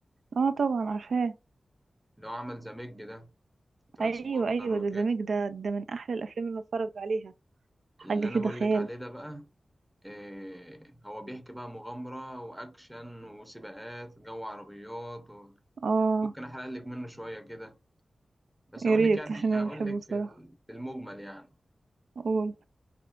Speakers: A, on the right (about 85°); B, in the centre.
A: اه طبعا عارفاه
B: اللي هو عمل ذا ميج ده ترانسبورتر
A: ايوه ايوه
B: وكده
A: ده زميك ده ده من احلى الافلام اللي بتفرج عليها حاجه
B: اللي انا
A: كده
B: بقول
A: خيال
B: لك عليه ده بقى إيه هو بيحكي بقى مغامرة واكشن وسباقات جو عربيات و...
A: اه
B: ممكن احرق لك منه شوية كده بس
A: يا
B: اقول
A: ريت
B: لك يعني
A: عشان انا
B: اقول
A: بحبه
B: لك
A: بصراحه
B: في ال- في المجمل يعني
A: قول